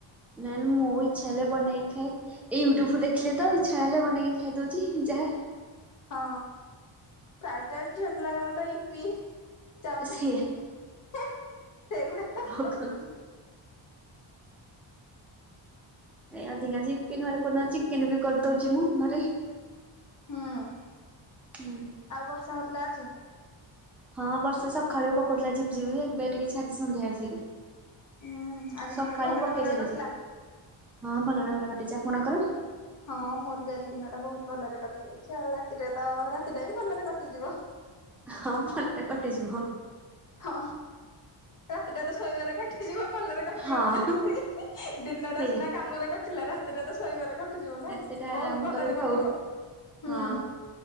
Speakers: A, in the centre; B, on the left.
A: ନାଇଁ ମୋ ଇଚ୍ଛା ହେଲେ ବନେଇ ଖାଏ। ଏଇ ୟୁଟ୍ୟୁବ ରୁ ଦେଖିଲେ ତ, ଇଚ୍ଛା ହେଲେ ବନେଇକି ଖାଇ ଦଉଛି ଯାହା।
B: ହଁ। ପ୍ରାଏ ଟାଇମ ଝିଆପିଲାଙ୍କର ତ ଇପ୍ପି। ଚାଉମିିନ।
A: ସେଇଆ
B: ହେଁ ସେଇଗୁଡା ତ।
A: ଆଉ କଣ ଏଇ ଅଧିକା୍ଶ ୟୀପ୍ ନହେଲେ କୋଦିନ ଚିକେନ୍ ବି କରିଦଉଛି ମୁଁ ଘରେ।
B: ହଁ।
A: ହଁ।
B: ଆଉ ବର୍ଷା ହଉଥିଲା ଆଜି?
A: ହଁ ବର୍ଷ ସକାଳେୁ ପକଉଥିଲା ଝିପି ଝିପି ଏବେ ଟିକେ ଛାଡିଛି ସନ୍ଧ୍ୟା ଆସିକି।
B: ହୁଁ ଆଜି
A: ସକାଳୁ
B: ଦିନଟି ଭଲରେ
A: ପକେଇ
B: ଭଲରେ
A: ଚାଲିଛି।
B: କଟିଲା
A: ହଁ ଭଲରେ ଭଲ କଟିଛି, ଆପଣଙ୍କର?
B: ହଁ ମୋର ବି ଆଜି ଦିନ ଟା ବହୁତ ଭଲରେ କଟି ଯାଇଛି। ଆଉ ରାତିଟା ତ, ରାତିଟା ବି ଭଲରେ କଟିଯିବ।
A: ହଁ ଭଲରେ କଟିଯିବ।
B: ହଁ। ରାତିଟା ତ ଶୋଇବାରେ କଟିଯିବ। ଭଲରେ କଟିବନି
A: ହଁ
B: କେମିତି, ଦିନଟା
A: ସେଇଆ
B: ସିନା କାମରେ କଟିଲା, ରାତିଟା ତ ଶୋଇବାରେ କଟି ଯିବ ନା।
A: ରାତିଟା
B: ବହୁତ
A: ଆରାମ
B: ଭଲରେ
A: କରିବୁ
B: କଟିବ।
A: ଆଉ। ହଁ
B: ହୁଁ।